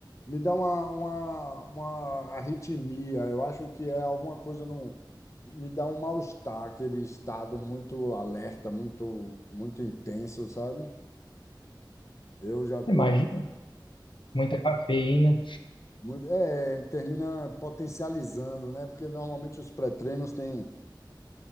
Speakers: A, on the left; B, on the left.
A: me dá uma, uma, uma arritmia. Eu acho que é alguma coisa no, me dá um mal-estar, aquele estado muito alerta, muito, muito intenso, sabe? Eu já tô
B: Imagina, muita cafeína,
A: muito, é, termina potencializando, né? Porque normalmente os pré-treinos têm